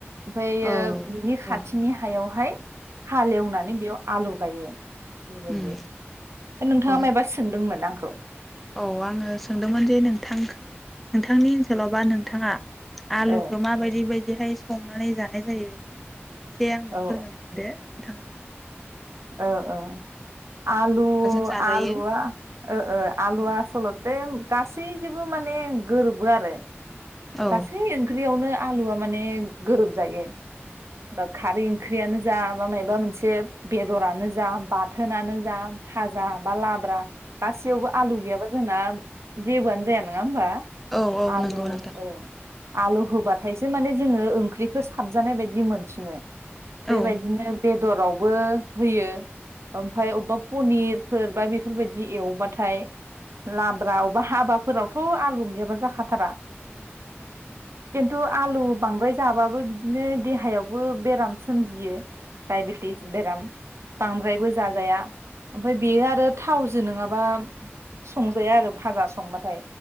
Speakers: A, on the right; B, in the centre.
A: ओमफायो
B: औ
A: बिनि
B: औ
A: खाथिनि
B: औ
A: हायावहाय हाल एवनानै बेयाव आलु गायो। फोर बायदियाव।
B: उम
A: नोंथाङा
B: औ
A: मायबा सोंदों मोन आंखौ
B: औ आङो सोंदोंमोन जे नोंथां नोंथांनि ओनसोलाव बा नोंथाङा आलुखौ
A: औ
B: माबायदि बाय बिदिहाय संनानै जानाय जायो। एसे आंनो
A: औ
B: फोरमायना होदो नोंथाङा।
A: औ अ। आलु
B: मा माजों जाजायो
A: आलुवा ओ ओ आलुवा
B: औ
A: आस'ल'थे गासैजोंबो माने गोरोबो आरो
B: औ
A: गासै ओंख्रियावनो आलुआ माने गोरोबजायो।
B: औ
A: बा खारि इं ख्रियानो जा बा मायाबा मोनसे बेदरानो जा बाथ थोनानो जा भाजा बा लाब्रा गासैयावबो आलु गैयाबा जोंना जेबोआनो जाया नोङा होमबा।
B: औ औ
A: आलु
B: नंगौ नोंथां।
A: औ आलु होबाथायसो माने जोङो ओंख्रिखो साबजानाय बायदि मोनसिनो। बेबायदिनो
B: औ
A: बेदराव बो होयो। ओमफाय अबेबा पनिरफोर बा बेफोरबायदि एवबाथाय लाब्रा अबा हाबा फोरावथ' आलु गैयाबा जाखाथारा
B: ओम
A: खिन्थु आलु बांद्राय जाबाबो बिदिनो देहायावबो बेराम सोमजियो डायबेटिस बेराम बांद्रायबो जाजाया ओमफाय बेयो आरो थावजो नङाबा संजाया आरो भाजा संबाथाय